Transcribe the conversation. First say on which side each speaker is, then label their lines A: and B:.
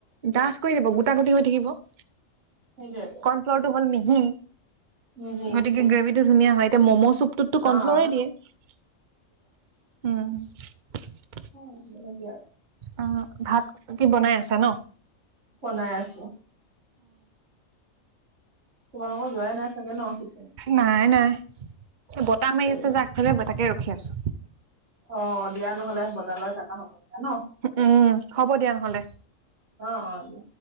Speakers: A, on the right; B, on the right.
A: ডাঠ কৰি দিব। গোটা গুটি হৈ থাকিব কন
B: সেইটোৱেটো।
A: কনফ্লৰটো হ'ল মিহি
B: মিহি
A: গতিকে গ্ৰেভি টো ধুনীয় হয়। এতিয়ান মম চুপ টোত ত' কৰনফ্লৰে
B: অ',
A: দিয়ে। উম
B: হয় <unintelligible> আৰু
A: অঁ ভাত কি বনাই আছা ন।
B: বনাই আছো। তোমালোকৰ যোৱাই নাই চাগে ন সেইফালে
A: নাই নাই। এ বতাহ মাৰি
B: দেৰি
A: আছে
B: হ'ল।
A: যে আগফালে বতাকে ৰখি আছো।
B: অঁ দিয়া নহ'লে বতালৈ থকা হতে ন।
A: উ উম। হ'ব দিয়া নহ'লে
B: অঁ অঁ দিয়া।